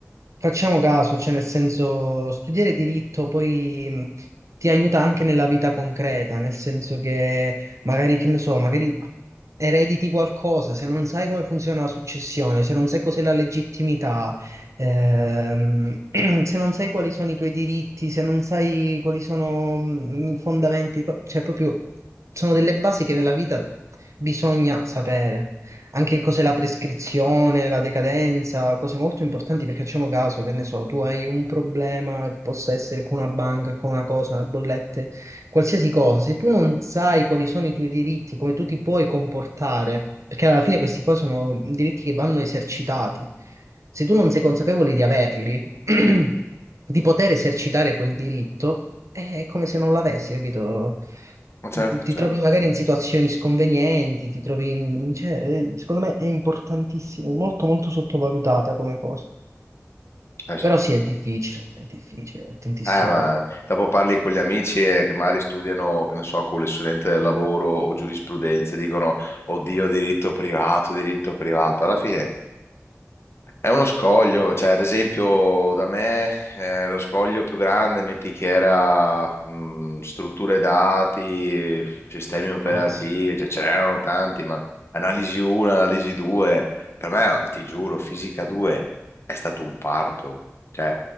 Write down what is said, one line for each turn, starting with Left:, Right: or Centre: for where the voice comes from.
Right: facciamo caso, cioè nel senso studiare diritto poi mh, ti aiuta anche nella vita concreta, nel senso che magari, che ne so, magari erediti qualcosa, se non sai come funziona la successione, se non sai cos'è la legittimità, Ehm, <clears throat> se non sai quali sono i tuoi diritti, se non sai quali sono mm, i fondamenti, co- cioè proprio sono delle basi che nella vita bisogna sapere. Anche cos'è la prescrizione, la decadenza, cose molto importanti perché facciamo caso, che ne so, tu hai un problema che possa essere con una banca, con una cosa, le bollette qualsiasi cosa, se tu non sai quali sono i tuoi diritti, come tu ti puoi comportare, perché alla fine questi qua sono diritti che vanno esercitati, se tu non sei consapevole di averli, <clears throat> di poter esercitare quel diritto, è come se non l'avessi, capito?
Left: Ma certo,
Right: Ti
Left: certo.
Right: trovi magari in situazioni sconvenienti, ti trovi in... cioè, eh, secondo me è importantissimo, molto molto sottovalutata come cosa.
Left: Eh, sì.
Right: Però sì, è difficile, è difficile, è tantissima
Left: Eh, ma
Right: roba.
Left: dopo parli con gli amici eh, che magari studiano, che ne so, con le studenti del lavoro o giurisprudenza, e dicono, oddio, diritto privato, diritto privato. Alla fine È uno scoglio, cioè ad esempio da me eh, lo scoglio più grande, metti che era mh, strutture dati, sistemi operativi,
Right: Grazie.
Left: cioè ce n'erano tanti, ma analisi 1, analisi 2, per me, ti giuro, fisica 2 è stato un parto. Cioè,